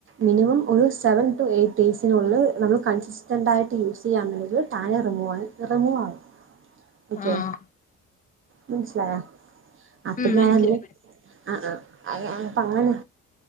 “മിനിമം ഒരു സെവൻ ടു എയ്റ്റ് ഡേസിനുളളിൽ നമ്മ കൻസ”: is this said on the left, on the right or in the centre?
Right